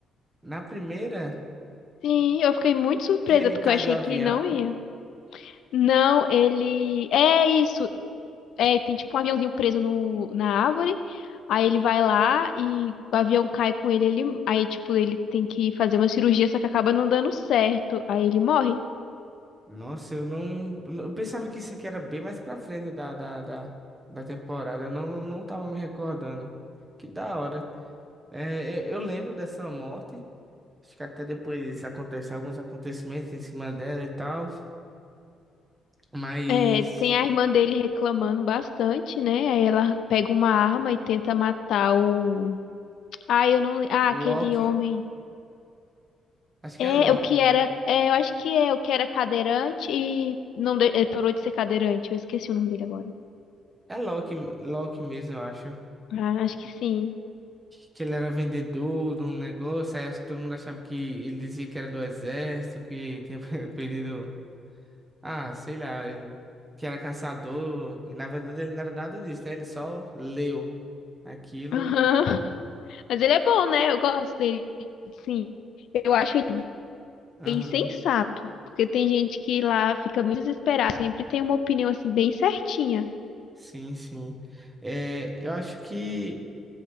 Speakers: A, on the right (about 20°); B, on the left (about 75°).
A: Na primeira,
B: Sim, eu fiquei muito surpresa,
A: que ele
B: porque
A: cai
B: eu achei
A: do avião?
B: que não ia. Não, ele. É isso. É, tem tipo um aviãozinho preso no, na árvore. Aí ele vai lá e o avião cai com ele, ele. Aí, tipo, ele tem que fazer uma cirurgia, só que acaba não dando certo. Aí ele morre.
A: Nossa, eu não. Eu pensava que isso aqui era bem mais pra frente da, da, da, da temporada. Eu não, não tava me recordando. Que da hora. É, eu eu lembro dessa morte. Acho que até depois acontece alguns acontecimentos em cima dela e tal. Mas.
B: É, tem a irmã dele reclamando bastante, né? Aí ela pega uma arma e tenta matar o. Ah, eu não. Ah,
A: Loki.
B: aquele homem.
A: Acho
B: É,
A: que é Loki.
B: o que
A: o
B: era. É, eu acho que é o que era cadeirante e. Não, de- ele parou de ser cadeirante. Eu esqueci o nome dele agora.
A: É Loki, Loki mesmo, eu acho.
B: Ah, acho que sim.
A: que ele era vendedor de um negócio, aí acho que todo mundo achava que ele dizia que era do exército, que tinha <laughs> perdido, ah, sei lá, ele que era caçador, e na verdade ele não era nada disso, né? Ele só leu aquilo.
B: Aham. <laughs> Mas ele é bom, né? Eu gosto dele, sim. Eu acho ele
A: Aham.
B: bem sensato. Porque tem gente que lá fica muito desesperada. Sempre tem uma opinião assim, bem certinha.
A: Sim, sim. É, eu acho que